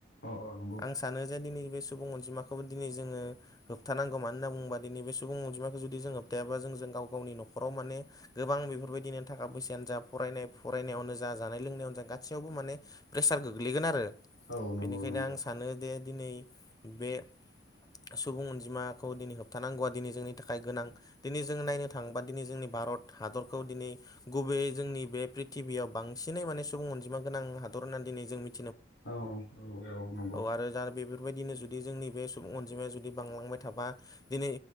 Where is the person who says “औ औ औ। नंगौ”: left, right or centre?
Left